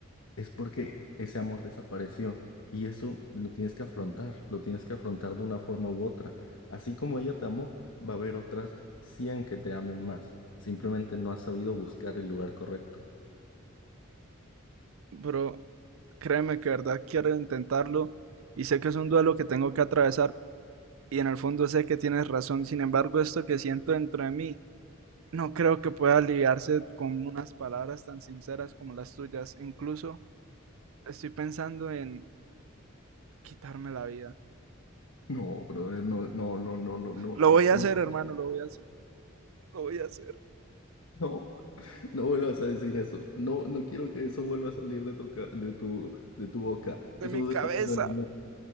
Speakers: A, on the left (about 75°); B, on the right (about 75°).
A: es porque ese amor desapareció. Y eso lo tienes que afrontar, lo tienes que afrontar de una forma u otra. Así como ella te amó, va a haber otras 100 que te amen más. Simplemente no has sabido buscar el lugar correcto.
B: Pero créeme que de verdad quiero intentarlo y sé que es un duelo que tengo que atravesar y en el fondo sé que tienes razón. Sin embargo, esto que siento dentro de mí no creo que pueda aliviarse con unas palabras tan sinceras como las tuyas. Incluso estoy pensando en quitarme la vida.
A: No, brother, no, no, no, no, no, no,
B: Lo voy a
A: no,
B: hacer, hermano, lo voy a hacer. Lo voy a hacer.
A: no, no vuelvas a decir eso. No, no quiero que eso vuelva a salir de tu, ca- de tu, de tu boca.
B: De
A: Eso
B: mi cabeza.
A: déjatelo en el